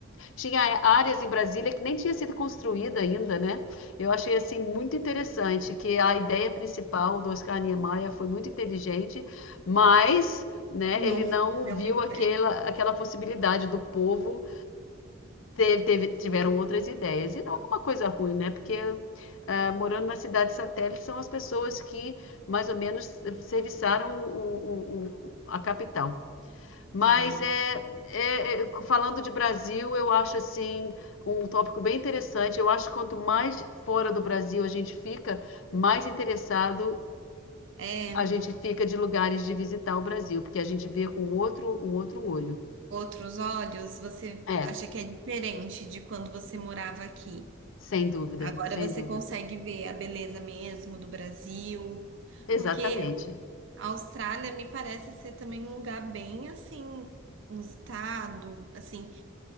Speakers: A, on the left; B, on the right.
A: tinha áreas em Brasília que nem tinha sido construída ainda, né? Eu achei assim muito interessante que a ideia principal do Oscar Niemeyer foi muito inteligente, mas né,
B: Não
A: ele não
B: deu
A: viu
B: muito
A: aquela,
B: certo.
A: aquela possibilidade do povo ter, teve- tiveram outras ideias. E não é uma coisa ruim, né? Porque ah, morando na cidade satélite são as pessoas que mais ou menos serviçaram o, o- o- a capital. Mas
B: É,
A: é, é- é- falando de Brasil, eu acho assim um tópico bem interessante. Eu acho que quanto mais fora do Brasil a gente fica, mais interessado
B: É,
A: a gente fica de lugares de visitar o Brasil, porque a gente vê com outro, um outro olho.
B: outros olhos, você
A: É,
B: acha que é diferente de quando você morava aqui.
A: sem dúvida,
B: Agora
A: sem
B: você
A: dúvida.
B: consegue ver a beleza mesmo do Brasil,
A: Exatamente.
B: porque a Austrália me parece ser também um lugar bem assim, no estado, assim,